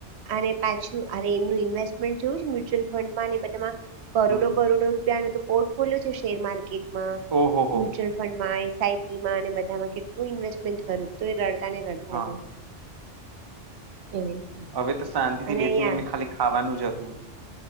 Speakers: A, on the right; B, on the right.
A: અને પાછું અરે એમનું ઇન્વેસ્ટમેન્ટ જોવું છે મ્યુચ્યુઅલ ફંડમાં બધામાં. કરોડો
B: હમ
A: કરોડો રૂપિયાનો તો પોર્ટફોલિયો છે શેર માર્કેટમાં
B: ઓહોહો
A: મ્યુચ્યુઅલ ફંડમાં એસઆઈપી અને બધામાં કેટલું ઇન્વેસ્ટમેન્ટ કરે તો એ રડતા ને રડતા. આજે
B: હા
A: એવી. રીતે
B: હવે તો શાંતિ થી
A: અને
B: બેસીને
A: અહિયાં
B: એમને ખાલી ખાવાનું જ હતું.